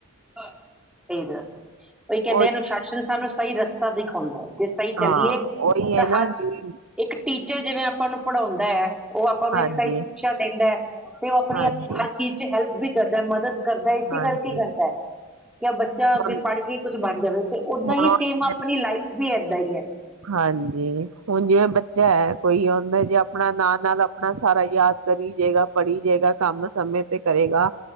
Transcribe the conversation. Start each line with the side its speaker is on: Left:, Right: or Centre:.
Centre: <unintelligible> ਕੋਈ ਕਹਿੰਦੇ
Right: ਉਹੀ
Centre: ਅਨੁਸ਼ਾਸਨ ਸਾਨੂੰ ਸਹੀ ਰਸਤਾ ਦੇ ਹੁੰਦਾ ਜਿਸ ਤਰ੍ਹਾਂ ਚੱਲੀਏ
Right: ਹਾਂ ਉਹੀ ਹੈ
Centre: ਤਾਂ ਹਰ
Right: ਨਾ ਜੀ
Centre: ਇੱਕ ਟੀਚਰ ਜਿਵੇਂਾਂ ਪਣਪੜ ਹੁੰਦਾ ਹੈ ਉਹ ਆਪਾਂ ਨੂੰ
Right: ਹਾਂਜੀ
Centre: ਇੱਕ ਸਹੀ ਸ਼ਿਕਸ਼ਾ ਦਿੰਦਾ ਹੈ ਤੇ ਉਹ ਆਪਣੀ
Right: ਹਾਂਜੀ
Centre: ਹਰ ਚੀਜ਼ ਚ ਹੈਲਪ ਵੀ ਕਰਦਦਾ ਮਦਦ ਕਰਦਾ ਇਸੇ
Right: ਹਾਂਜੀ
Centre: ਕਰਕੇ ਕਰਦਾ ਬੱਚਾ ਅੱਗੇ
Right: ਹੁਣ
Centre: ਪੜ੍ਹ ਕੇ ਹੀ ਕੁਛ ਬਣ ਜਾਵੇ ਤੇ ੱਦਾਂ
Right: ਹੁਣ
Centre: ਹੀ
Right: ਉਹੀ
Centre: ਸੇਮ ਆਪਣੀ ਲਾਈਫ ਵੀ ਏਦਾਂ ਹੀ ਹੈ
Right: ਹਾਂਜੀ ਹੁਣ ਜਿਵੇਂ ਬੱਚਾ ਹੈ ਕੋਈ ਉਹਦਾ ਜੇ ਆਪਣਾ ਨਾਲ ਨਾਲ ਆਪਣਾ ਸਾਰਾ ਯਾਦ ਕਰੀ ਜਾੇਗਾ ਪੜ੍ਹੀ ਜਾਏਗਾ ਕੰਮ ਸਮੇਂ ਤੇ ਕਰੇਗਾ